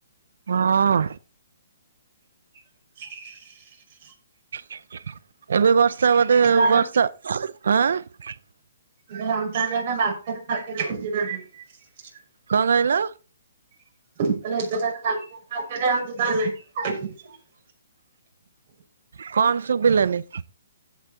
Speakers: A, on the right; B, on the right.
A: ହଁ
B: <inaudible>
A: <inaudible> ଏବେ ବର୍ଷା ବଧୁ ହୁଏ
B: ଆଉ
A: ବର୍ଷା ଆଁ
B: <unintelligible> ହଉଚି ନା ନାଇଁ।
A: କ କହିଲ?
B: <unintelligible>
A: କ ସୁବିଲାନି।